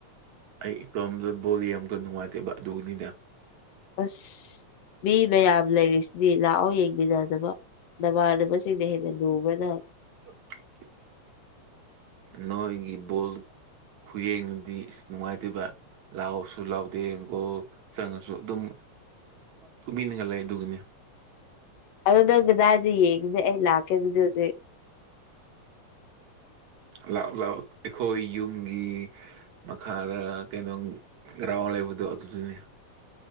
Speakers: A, on the right; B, on the left.
A: ꯑꯩ ꯏꯇꯣꯝꯗ ꯕꯣꯜꯡꯇ ꯅꯨꯡꯉꯥꯏꯇꯦꯕ ꯑꯗꯨꯒꯤꯅꯤꯗ
B: ꯑꯁ ꯃꯤ ꯃꯌꯥꯝ ꯂꯩꯔꯤꯁꯤꯗꯤ ꯂꯥꯛꯑꯣ ꯌꯦꯡꯃꯤꯅꯅꯕ ꯅꯃꯥꯟꯅꯕꯁꯤꯡꯅ ꯍꯦꯟꯅ ꯂꯨꯕꯅ
A: <inaudible> ꯅꯣꯏꯒꯤ ꯕꯣꯜ ꯈꯨꯌꯦꯡꯗꯨꯗꯤ ꯅꯨꯡꯉꯥꯏꯇꯦꯕ ꯂꯥꯎꯁꯨ ꯂꯥꯎꯗꯦ ꯒꯣꯜ ꯆꯪꯉꯁꯨ ꯑꯗꯨꯝ ꯇꯨꯃꯤꯟꯅꯒ ꯂꯩ ꯑꯗꯨꯒꯤꯅꯤ
B: ꯑꯗꯨ ꯅꯪ ꯀꯗꯥꯏꯗ ꯌꯦꯡꯉꯁꯦ ꯑꯩ ꯂꯥꯛꯀꯦ ꯑꯗꯨꯗꯤ ꯍꯧꯖꯤꯛ
A: ꯂꯥꯎ ꯂꯥꯎ ꯑꯩꯈꯣꯏ ꯌꯨꯝꯒꯤ ꯃꯈꯥꯗ ꯀꯩꯅꯣ ꯒ꯭ꯔꯥꯎꯟ ꯂꯩꯕꯗꯨ ꯑꯗꯨꯗꯨꯒꯤ